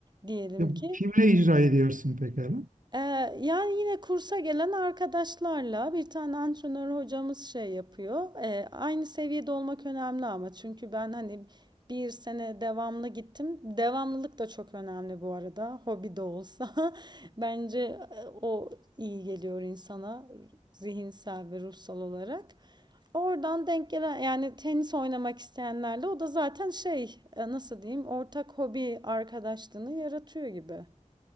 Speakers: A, on the right (about 35°); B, on the right (about 85°).
A: diyelim
B: Ya,
A: ki.
B: kimle icra ediyorsun pekala?
A: Ee, yani yine kursa gelen arkadaşlarla bir tane antrenör hocamız şey yapıyor. Ee, aynı seviyede olmak önemli ama çünkü ben hani bir sene devamlı gittim. Devamlılık da çok önemli bu arada. Hobi de olsa. <laughs> Bence e, o iyi geliyor insana zihinsel ve ruhsal olarak. Oradan denk gelen yani tenis oynamak isteyenlerle o da zaten şey e, nasıl diyeyim ortak hobi arkadaşlığını yaratıyor gibi.